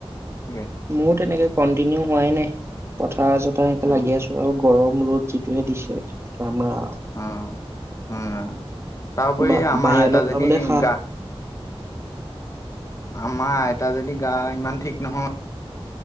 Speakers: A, on the left; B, on the right.
A: <inaudible>
B: মোৰো তেনেকে কন্টিনিউ হোৱাই নাই পথাৰ চথাৰ এনে
A: অ।
B: লাগি আছো আৰু গৰম। ৰ'দ যিটোহে দিছে তামাম
A: অ উম! তাৰপৰি
B: বা
A: আমাৰ
B: বাহিৰলৈ
A: আইতাজনী
B: ওলাবলে সাহ
A: গা আমাৰ আইতাজনী গা ইমান ঠিক নহয়।